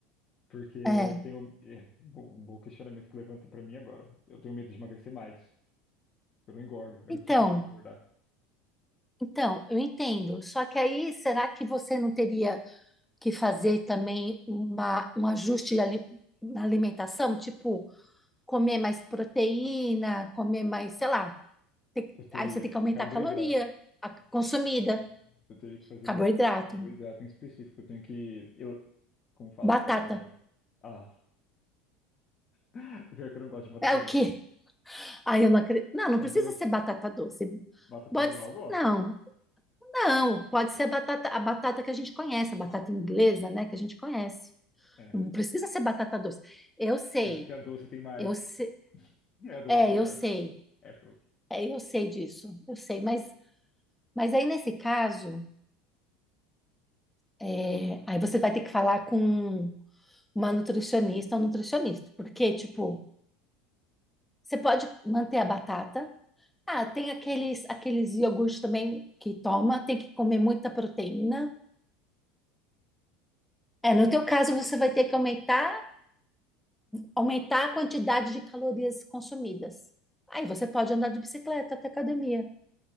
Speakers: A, on the left; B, in the centre.
A: Porque eu
B: é.
A: tenho. É, bom, um bom questionamento que levantei pra mim agora. Eu tenho medo de emagrecer mais. Eu não engordo. É
B: Então,
A: muito difícil engordar.
B: então, eu entendo. Só que aí, será que você não teria que fazer também uma, um ajuste ali- na alimentação? Tipo, comer mais proteína, comer mais, sei lá. tem-
A: Eu teria
B: aí você tem que aumentar
A: carboidrato.
B: a caloria a consumida,
A: Eu teria que fazer
B: carboidrato.
A: muito carboidrato em específico. Eu tenho que. eu- Como fala?
B: Batata.
A: É, ah. <laughs> Pior que eu não gosto de batata
B: É o
A: doce.
B: quê? Ai, eu não acredito. Não, não
A: É
B: precisa
A: doce.
B: ser batata doce.
A: Batata
B: Pode
A: normal
B: ser,
A: eu gosto.
B: não, não. Pode ser a batata, a batata que a gente conhece, a batata inglesa, né, que a gente conhece.
A: É.
B: Não precisa ser batata doce. Eu sei,
A: É porque a doce tem mais.
B: eu sei.
A: É, a doce
B: É,
A: é melhor.
B: eu sei.
A: É, pro-
B: É, eu sei disso. Eu sei, mas, mas aí nesse caso, é, aí você vai ter que falar com uma nutricionista ou nutricionista, porque, tipo, você pode manter a batata, Ah, tem aqueles, aqueles iogurtes também que toma, tem que comer muita proteína. É, no teu caso, você vai ter que aumentar, aumentar a quantidade de calorias consumidas. Aí você pode andar de bicicleta até a academia